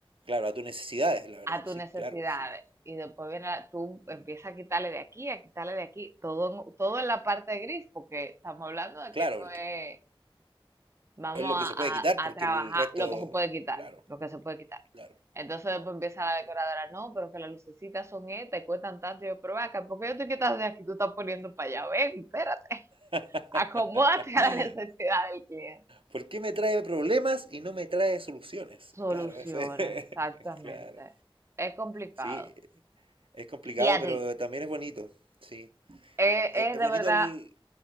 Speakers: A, on the right; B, on the right.
A: Claro, a tus necesidades, la verdad.
B: a tus
A: Sí,
B: necesidades.
A: claro, sí.
B: Y después viene, la- tú empiezas
A: Mm.
B: a quitarle de aquí, a quitarle de aquí, todo, en- todo en la parte gris, porque estamos hablando de
A: Claro,
B: que eso
A: porque
B: es Vamos
A: es lo
B: a,
A: que se puede quitar,
B: a- a
A: porque
B: trabajar
A: el resto.
B: lo que se puede quitar,
A: Claro,
B: lo que se puede quitar.
A: claro.
B: Entonces después empieza la decoradora, no, pero que las lucecitas son estas y cuestan tanto. Y yo, pero ve acá, ¿por qué yo te quitas de aquí? Tú estás poniendo para allá. Ven, espérate.
A: <laughs>
B: Acomódate a la <laughs> necesidad del cliente.
A: ¿Por qué me trae problemas y no me trae soluciones?
B: Soluciones,
A: Claro, eso es. <laughs>
B: exactamente.
A: Claro.
B: Es complicado.
A: Sí, Es complicado,
B: Y a
A: pero
B: ti,
A: también es bonito. Sí.
B: es,
A: Es,
B: es
A: es
B: de
A: bonito
B: verdad,
A: el...